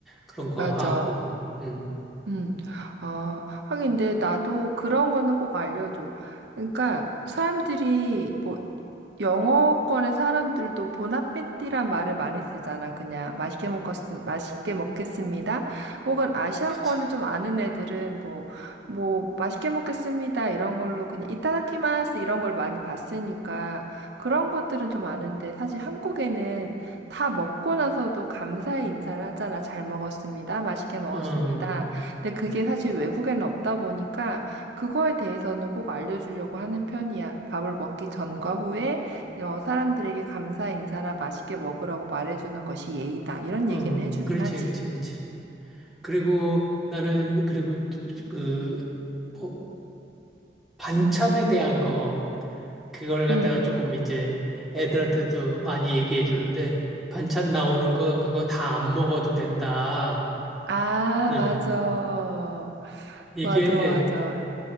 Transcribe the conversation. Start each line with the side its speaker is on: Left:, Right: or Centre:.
Centre: 그런 거
Right: 맞아.
Centre: 하고. 음,
Right: 음, 아, 하긴 근데 나도 그런 거는 꼭 알려줘. 그러니까 사람들이 뭐 영어권의 사람들도 보나페티란 말을 많이 쓰잖아. 그냥 맛있게 먹었음, 맛있게 먹겠습니다. 혹은 아시아권을
Centre: 그치.
Right: 좀 아는 애들은 뭐, 뭐 맛있게 먹겠습니다. 이런 걸로 그냥 이타다키마스 이런 걸 많이 봤으니까 그런 것들은 좀 아는데 사실 한국에는 다 먹고 나서도 감사의 인사를 하잖아. 잘 먹었습니다. 맛있게 먹었습니다.
Centre: 어,
Right: 근데 그게 사실 외국에는 없다 보니까 그거에 대해서는 꼭 알려주려고 하는 편이야. 밥을 먹기 전과 후에 어, 사람들에게 감사 인사나 맛있게 먹으라고 말해주는 것이 예의다. 이런
Centre: 어,
Right: 얘기는 해주긴
Centre: 그렇지,
Right: 하지.
Centre: 그렇지, 그렇지. 그리고 나는, 그리고 그, 그 뭐, 반찬에 대한 거, 그걸 갖다가
Right: 응.
Centre: 조금 이제 애들한테도 많이 얘기해 주는데, 반찬 나오는 거, 그거 다 안 먹어도 된다.
Right: 아,
Centre: 응.
Right: 맞아.
Centre: 이게
Right: 맞아, 맞아.